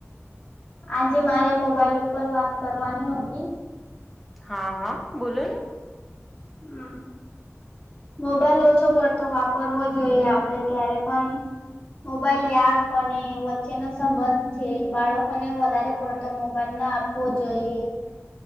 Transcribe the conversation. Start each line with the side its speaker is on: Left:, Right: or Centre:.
Left: આજે મારે મોબાઈલ ઉપર વાત કરવાની હતી.
Centre: હા હા બોલો ને
Left: હમ મોબાઈલ ઓછો પડતો વાપરવો જોઈએ આપડે ક્યારે પણ- મોબાઈલ આપને વચ્ચે નો સંબંધ છે બાળકોને વધારે પડતો મોબાઈલ ના આપ- -હો જઈએ.